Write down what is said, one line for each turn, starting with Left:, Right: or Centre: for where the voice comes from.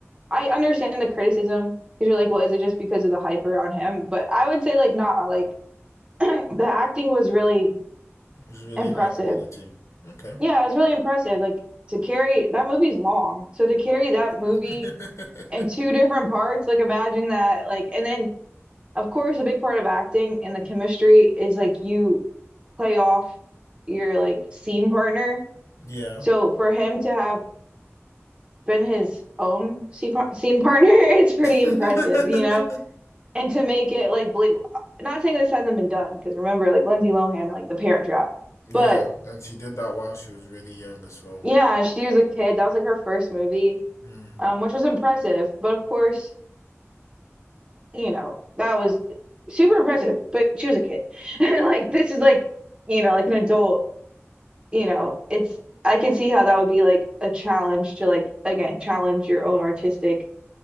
Right: I understand the criticism because you're like, well, is it just because of the hype around him? But I would say like nah, like <clears throat> the acting was really
Left: It's really
Right: impressive.
Left: high quality. Okay.
Right: Yeah, it was really impressive. Like to carry that movie's long. So to carry that movie
Left: <laughs>
Right: in two different parts, like imagine that, like and then of course, a big part of acting and the chemistry is like you play off your like scene partner.
Left: yeah.
Right: So for him to have been his own scene par- scene partner, <laughs> it's pretty impressive,
Left: <laughs>
Right: you know? And to make it like believable. Not saying this hasn't been done, because remember, like Lindsay Lohan and like The Parent Trap.
Left: Yeah,
Right: But
Left: and she did that while she was really young as well.
Right: yeah, she was a kid. That was like her first movie,
Left: Mm.
Right: um, which was impressive. But of course, you know, that was super impressive, but she was a kid. <laughs> Like this is like, you know, like an adult you know, it's I can see how that would be like a challenge to like again challenge your own artistic